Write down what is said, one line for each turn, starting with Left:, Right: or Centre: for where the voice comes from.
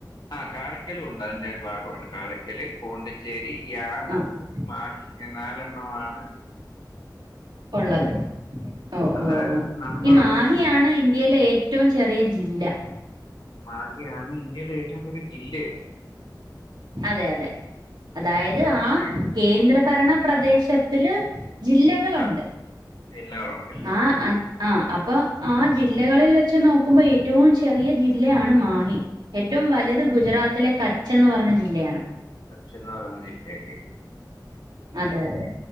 Left: ആ കാരക്കലും ഒണ്ട് അയിന്റെ ഒര് ഭാഗാണ് കരായ്ക്കല് പൊണ്ടി ച്ചോരി, യാനം,
Right: ആഹ്
Left: മാഹി ഈ നാലെണ്ണം ആണ്
Right: ഒള്ളത് ഓ
Left: അതായത്
Right: ഓ ഓ
Left: നമ്മള്
Right: ഈ മാഹിയാണ് ഇന്ത്യലെ ഏ ഏറ്റോംചെറിയ ജില്ലാ
Left: മാഹിയാണ് ഇന്ത്യയിലെ ഏറ്റോം ചെറിയ ജില്ലയോ
Right: അതെ അതെ അതായത്
Left: അത് പക്ഷേ
Right: ആ കേന്ദ്രഭരണ പ്രദേശത്തില് ജില്ലകളൊണ്ട്
Left: ആ ജില്ലകളുണ്ടല്ലേ
Right: ആാ ആ ആാ അ പ്പം ആ ജില്ലകളി വെച്ച് നോക്കുമ്പോ ഏറ്റോം ചെറിയ ജില്ലാണ് മാഹി ഏറ്റോ
Left: മാഹി
Right: വലുത് ഗുജറാത്തിലെ ക ച്ചെന്ന് പറഞ്ഞാ ജില്ലോയാണ്
Left: കാച്ചെന്ന് പറെന്ന ജില്ലാല്ല്യോ
Right: അതെ അതെ